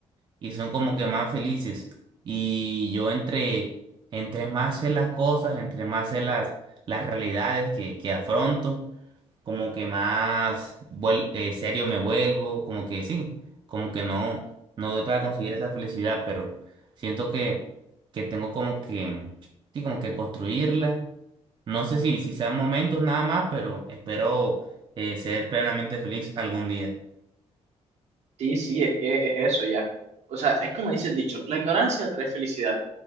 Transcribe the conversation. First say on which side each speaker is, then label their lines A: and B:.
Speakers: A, on the right; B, on the right.
A: y son como que más felices. Y yo entre, entre más sé las cosas, entre más sé las, las realidades que, que afronto, como que más vuel- eh, serio me vuelvo, como que sí, como que no, no doy para conseguir esa felicidad, pero siento que, que tengo como que, sí, como que construirla. No sé si, si sean momentos nada más, pero espero eh, ser plenamente feliz algún día.
B: Sí, sí, es que es eso ya. O sea, es como dice el dicho, la ignorancia trae felicidad.